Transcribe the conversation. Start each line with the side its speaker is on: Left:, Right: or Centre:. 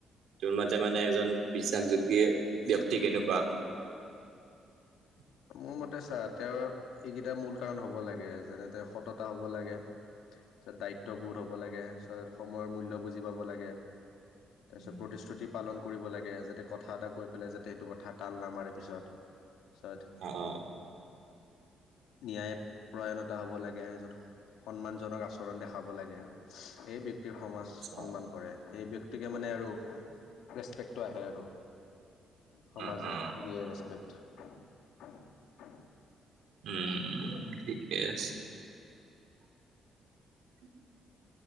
Right: তোৰ মতে মানে এজন বিশ্বাসযোগ্য ব্যক্তি কেনেকুৱা। উ <unintelligible>
Left: মোৰ মতে চা তেওঁৰ এইকেইটা মূল কাৰণ হব লাগে যেনেকে সততা হব লাগে
Right: উ <unintelligible>
Left: তাৰপিছত দায়িত্ববোধ হ'ব লাগে তাৰপিছত সময়ৰ মূল্য বুজি পাব লাগে তাৰপিছত
Right: উম,
Left: প্ৰতিশ্ৰুতি পালন কৰিব লাগে যাতে কথা এটা কৈ পেলাই যাতে সেইটো কথা তাল নামাৰে পিছত পিছত
Right: অ অ।
Left: ন্যায় প্ৰয়ণতা হ'ব লাগে য'ত সন্মানজনক আচৰণ দেখাব লাগে এই ব্যক্তিৰ সমাজ
Right: আচ্ছা
Left: সন্মান কৰে। সেই ব্যক্তিকে মানে আৰু ৰেচপেক্টটো আহে আৰু। সমাজে
Right: অ অ
Left: দিয়ে ৰেচপেক্ট। <unintelligible>
Right: উম ঠিকে আছে। <inaudible>